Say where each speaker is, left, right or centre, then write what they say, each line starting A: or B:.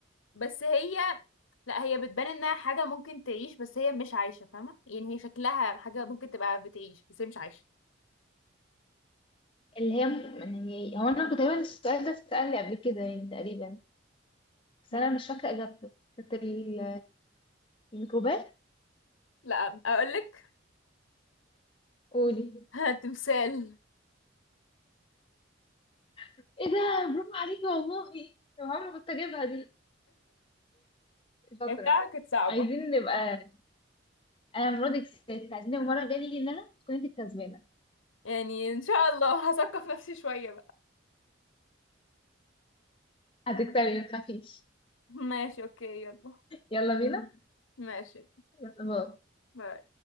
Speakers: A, on the left; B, on the left.
A: بس هي لا هي بتبان انها حاجة ممكن تعيش بس هي مش عايشة فاهمة يعني هي شكلها حاجة ممكن تبقى بتعيش بس هي مش عايشة
B: اللي هي يعني هو أنا كنت تقريبا السؤال ده اتسأل لي قبل كده يعني تقريبا بس
A: مم.
B: أنا مش فاكرة إجابته كانت ال- الميكروبات
A: لا اقولك
B: قولي
A: <laughs> تمثال
B: إيه ده برافو عليكي والله يا عمري كنت أجيبها دي شاطرة
A: <laughs> بتاعك كانت صعبة
B: عايزين نبقى أنا المرة دي كسبت عايزين المرة الجاية نيجي إن أنا تكون أنت الكسبانة
A: يعني ان شاء الله هثقف نفسي شوية بقى
B: هتكسبي متخافيش
A: ماشي اوكي يلا
B: يلا بينا
A: ماشي
B: باي
A: باي